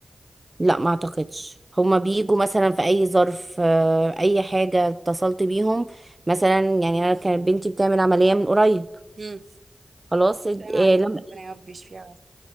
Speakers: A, on the right; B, on the right.
A: لا ما اعتقدش هما بيجوا مثلا في اي ظرف آه، اي حاجة اتصلت بيهم مثلا يعني انا كانت بنتي بتعمل عملية من قريب
B: امم
A: خلاص اد-
B: سلام
A: إيه
B: علينا
A: لما
B: ربنا يا رب يشفيها